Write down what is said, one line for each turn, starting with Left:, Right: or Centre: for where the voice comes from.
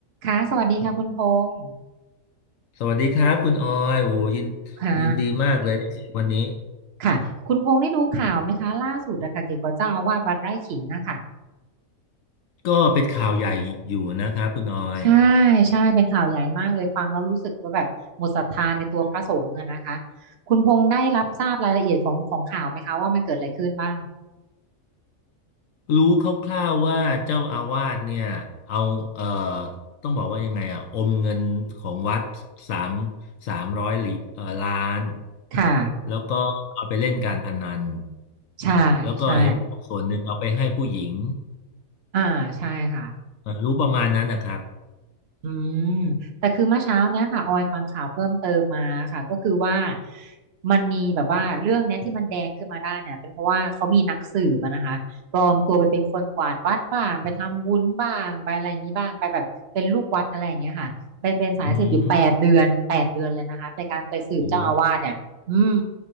Right: ค่ะสวัสดีค่ะคุณพงษ์
Left: สวัสดีครับคุณออยโอ้ยิน
Right: ค่ะ
Left: ยินดีมากเลยได้เจอวันนี้
Right: ค่ะคุณพงษ์ได้ดูข่าวไหมคะล่าสุดอะค่ะเกี่ยวกับเจ้าอาวาสวัดไร่ขิงอะค่ะ
Left: ก็เป็นข่าวใหญ่อยู่นะครับคุณออย
Right: ใช่ใช่เป็นข่าวใหญ่มากเลยฟังแล้วรู้สึกว่าแบบหมดศรัทธาในตัวพระสงฆ์อะนะคะคุณพงษ์ได้รับทราบรายละเอียดของของข่าวไหมคะว่ามันเกิดอะไรขึ้นบ้าง
Left: รู้คร่าวๆว่าเจ้าอาวาสเนี่ยเอาเอ่อต้องบอกว่ายังไงอ่ะ อมเงินของวัดสามสามร้อยเอ่อล้าน
Right: ค่ะ
Left: แล้วก็เอาไปเล่นการพนัน
Right: ใช่ใช่
Left: แล้วก็เห็นส่วนหนึ่งเอาไปให้ผู้หญิง
Right: อ่าใช่ค่ะ
Left: เอ่อรู้ประมาณนั้นนะครับ
Right: อืมแต่คือเมื่อเช้าเนี้ยค่ะออยฟังข่าวเพิ่มเติมมาค่ะก็คือว่ามันมีแบบว่าเรื่องเนี้ยที่มันแดงขึ้นมาได้เนี่ยเป็นเพราะว่าเขามีนักสืบอะนะคะปลอมตัวไปเป็นคนกวาดวัดบ้างไปทำบุญบ้างไปอะไรอย่างนี้บ้างไปแบบเป็นลูกวัดอะไรอย่างเงี้ยค่ะไปเป็นสายสืบอยู่แปดเดือนแปดเดือนเลยนะคะในการไปสืบเจ้าอาวาสเนี่ยอืม
Left: อืมโอ้